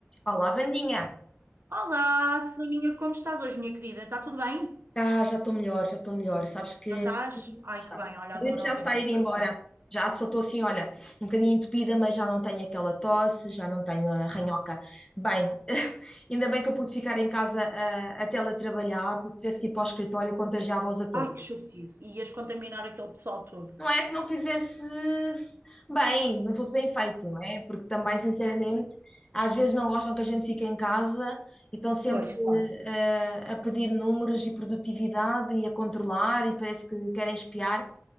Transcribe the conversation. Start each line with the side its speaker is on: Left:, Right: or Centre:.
Left: Olá, Vandinha.
Right: Olá, Soninha, como estás hoje, minha querida? Está tudo bem?
Left: Tá, já estou melhor, já estou melhor. Sabes que
Right: Já estás? Ai,
Left: Está.
Right: que bem, olha,
Left: A
Right: adoro
Left: gripe já
Right: ouvir
Left: se está a
Right: isso
Left: ir embora.
Right: agora.
Left: Já só estou assim, olha, um bocadinho entupida, mas já não tenho aquela tosse, já não tenho a ranhoca.
Right: Pois.
Left: Bem, <laughs> ainda bem que eu pude ficar em casa a, a teletrabalhar, porque se tivesse que ir para o escritório, contagiava-os a todos.
Right: Ai, que chatice. E ias contaminar aquele pessoal todo.
Left: Não é que não fizesse bem, não fosse bem feito, não é? Porque também, sinceramente, às vezes não gostam que a gente fique em casa e estão sempre
Right: Pois, claro,
Left: eh, a pedir números e produtividade e a controlar e parece que querem espiar,